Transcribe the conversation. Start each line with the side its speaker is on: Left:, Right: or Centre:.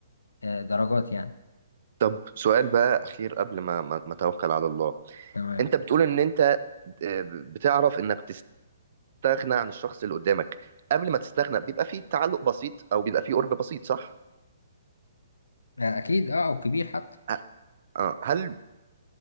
Left: آه، درجات يعني
Right: طب سؤال بقى اخير قبل ما ما ما اتوكل على الله
Left: تمام
Right: انت بتقول ان انت آه، بتعرف انك تستغنى عن الشخص اللي قدامك قبل ما تستغنى بيبقى فيه تعلق بسيط او بيبقى فيه قرب بسيط صح
Left: آه، اكيد اه او كبير حتى
Right: ه- اه هل